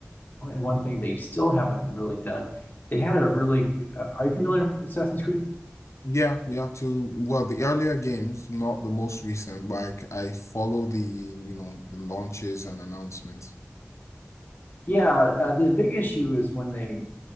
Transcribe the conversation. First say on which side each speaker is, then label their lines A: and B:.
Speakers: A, on the left; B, on the left.
A: and one thing they still haven't really done. They had a really uh, are you familiar with Assassin's Creed?
B: Yeah, yeah. To well, the earlier games, not the most recent. Like I I follow the you know the launches and announcements.
A: Yeah, uh, the big issue is when they